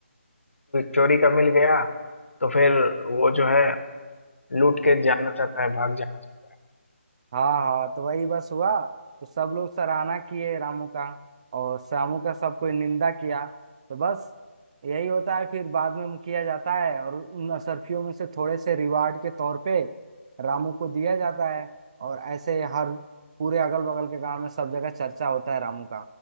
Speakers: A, on the left; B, on the right.
A: चोरी का मिल गया तो फिर वो जो है लूट के जाना चाहता है भाग जाना चाहता है
B: हाँ हाँ तो वही बस हुआ तो सब लोग सराहना किए रामू का और श्यामू का सब कोई निंदा किया तो बस यही होता है फिर बाद में मुखिया जाता है और उन असरफियों में से थोड़े से रिवार्ड के तौर पे रामू को दिया जाता है और ऐसे हर पूरे अगल बगल के गांव में सब जगह चर्चा होता है रामू का